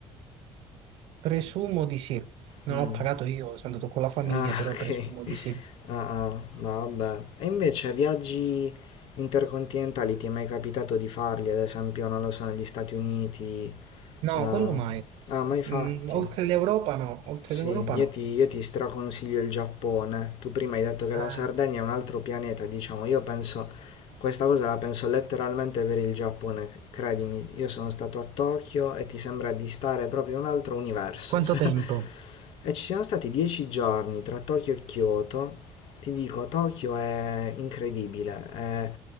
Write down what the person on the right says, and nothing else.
Presumo di sì. Non
ho pagato io, sono andato con la famiglia,
però
presumo di sì.
No,
quello mai.
Mm, oltre l'Europa no, oltre
l'Europa
no.
Eh,
quanto
tempo?